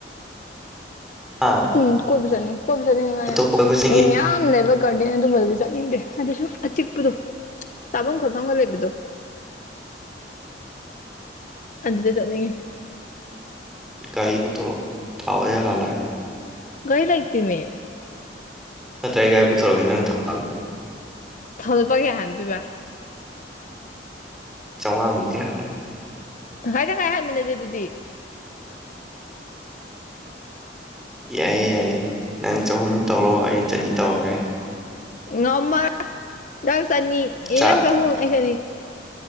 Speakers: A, in the centre; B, on the left.
A: ꯑꯥ
B: ꯎꯝ ꯀꯣꯏꯕ ꯆꯠꯅꯤꯡ ꯀꯣꯏꯕ ꯆꯅꯤꯡꯉꯦ
A: ꯑꯇꯣꯞꯄ ꯀꯣꯏꯕ ꯆꯠꯅꯤꯡꯉꯤ
B: ꯃꯤ ꯃꯌꯥꯝ ꯂꯩꯕ ꯀ꯭ꯔꯗꯦꯟ ꯑꯗꯨꯝꯕꯗꯨꯗꯤ ꯆꯠꯅꯤꯡꯗꯦ ꯑꯗꯨꯁꯨ ꯑꯆꯤꯛꯄꯗꯣ ꯆꯥꯕꯝ ꯈꯣꯠꯐꯝꯒ ꯂꯩꯕꯗꯣ ꯑꯗꯨꯗ ꯆꯠꯅꯤꯡꯉꯤ
A: ꯒꯥꯔꯤ ꯄꯨꯊꯣꯔꯛꯑꯣ ꯊꯥꯎ ꯑꯩ ꯍꯥꯜꯂꯒꯦ
B: ꯒꯥꯔꯤ ꯂꯩꯇꯦꯃꯤ
A: ꯅꯠꯇ꯭ꯔ ꯑꯩ ꯒꯥꯥꯔꯤ ꯄꯨꯊꯣꯔꯒꯦ ꯅꯪ ꯊꯥꯎ ꯍꯥꯜꯂꯣ
B: ꯊꯥꯎ ꯂꯨꯄꯥ ꯀꯌꯥ ꯍꯥꯟꯗꯣꯏꯕ
A: ꯆꯧꯉꯥꯃꯨꯛꯀꯤ ꯍꯥꯜꯂꯣ
B: ꯇꯪꯈꯥꯏ ꯇꯪꯈꯥꯏ ꯍꯥꯟꯃꯤꯟꯅꯖ‌ꯦ ꯑꯗꯨꯗꯤ
A: ꯌꯥꯏꯌꯦ ꯌꯥꯏꯌꯦ ꯅꯪ ꯆꯍꯨꯝ ꯇꯧꯔꯣ ꯑꯩ ꯆꯅꯤ ꯇꯧꯔꯒꯦ
B: ꯉꯝꯃꯔꯣꯏ ꯅꯪ ꯆꯅꯤ ꯑꯦ
A: ꯆꯥ
B: ꯅꯪ ꯆꯍꯨꯝ ꯑꯩ ꯆꯅꯤ